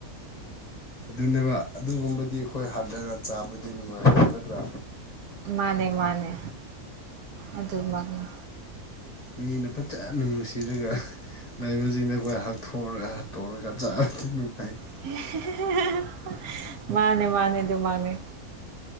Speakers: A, on the left (about 30°); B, on the right (about 80°).
A: ꯑꯗꯨꯅꯦꯕ ꯑꯗꯨꯒꯨꯝꯕꯗꯤ ꯈꯣꯢ ꯍꯜꯂꯒ ꯆꯥꯕꯗꯤ ꯅꯨꯡꯉꯥꯢꯇꯦ ꯅꯠꯇ꯭ꯔꯥ꯫
B: ꯃꯥꯅꯦ ꯃꯥꯅꯦ ꯑꯗꯨꯃꯛꯅꯤ꯫
A: ꯃꯤꯅ ꯐꯖꯅ ꯅꯨꯡꯁꯤꯔꯒ ꯂꯩꯕꯁꯤꯡꯅ ꯈꯣꯏ ꯍꯛꯊꯣꯛꯑꯒ ꯍꯥꯠꯇꯧꯔꯒ <inaudible>
B: 'Unintelligible' ꯃꯥꯅꯦ ꯃꯥꯅꯦ ꯗꯨꯃꯥꯛꯅꯦ꯫